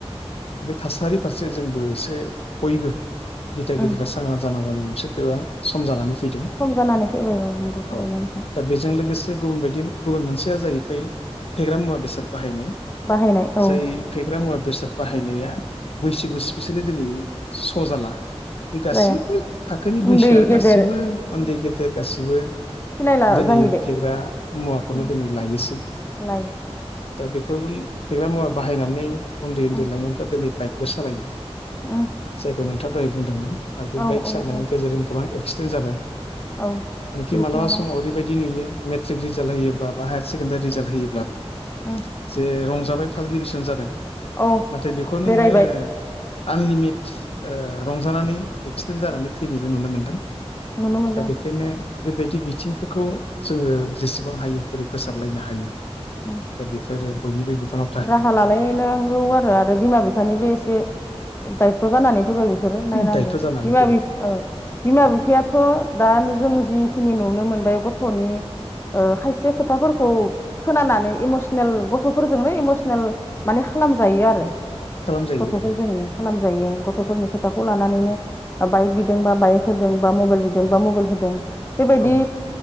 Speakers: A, on the left; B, on the left.
A: बे थासारि फारसे जोंबो एसे बयबो दिथागिरिफ्रा
B: उम
A: सांग्रां जानांगौनि मोनसे गोबां सम जानानै फैदों
B: सम जानानै फैबाय औ नंगौ थारैनो
A: औ
B: नोंथां
A: दा बेजों लोगोसे गुबुन बायदि गुबुन मोनसेया जाहैबाय फेग्रा मुवा बेसाद बाहायनाय जाय
B: बाहायनाय औ
A: फेग्रा मुवा बेसाद बाहायनाया बैसो स्पेसियेलि दिनै स' जाला बे गासैबो
B: जाया
A: थाखोनि बैसोआ
B: उन्दै गेदेर
A: गासैबो उन्दै
B: उम
A: गेदेर गासैबो
B: सिनायला
A: दिनै
B: जाहैबाय
A: फेग्रा मुवाखौनो
B: उम
A: दिनै लायोसै
B: लायो
A: दा बे फोर फेग्रा मुवा बाहायनानै उन्दै उन्दै
B: उम
A: लाइमोनफ्रा दिनै बाइकबो सालायो।
B: उम
A: जायखौ नोंथाङा दहाय बुंदोंमोन आरो बे
B: औ
A: बाइक
B: औ
A: सालायनायनि
B: औ
A: गेजेरजों गोबां एक्सिडेन्ट जाबाय।
B: औ
A: मानखि
B: जिउ
A: मालाबा
B: खोमानां
A: समाव ओरैबायदि नुयो मेट्रिक रिजाल्ट होयोब्ला बा हायार सेकेण्डारि रिजाल्ट होयोब्लाबो
B: उम
A: जे रंजा जाबाय फार्स्ट डिभिसन जादों
B: औ
A: नाथाय बेखौनो
B: बेरायबाय
A: नोङो आनलिमिट ओ रंजानानै एक्सिडेन्ट जानानै
B: उम
A: थैनायबो नुनो मोन्दों। दा
B: नुनो मोनदों
A: बेखायनो बेबायदि बिथिंफोरखौ जोङो जेसेबां हायो बोरै फोसाबलायनो हायो
B: उम
A: दा बेफोरो बयनिबो बिफाना
B: राहा लालायनांगौ आरो आरो बिमा बिफानिबो एसे दायथ' जानानै फैबाय बेफोरो नायनांगौ
A: दायथ' जानानै
B: बिमा
A: फैबाय
B: बिफा औ बिमा बिफायाथ' दा जों जिखिनि नुनो मोनबाय गथ'नि ओ खायसे खोथाफोरखौ खोनानानै इमसनेल गथ'फो फोरजोंनो इमसनेल मानो खालाम जायो आरो
A: खालामजायो
B: गथ'फोर
A: ओं
B: खालाम गथ'फोरनि खोथाखौ लानानैनो बाइक बिदोंबा बाइक होदों बा मबाइल बिदोंबा मबाइल होदों बेबायदि
A: औ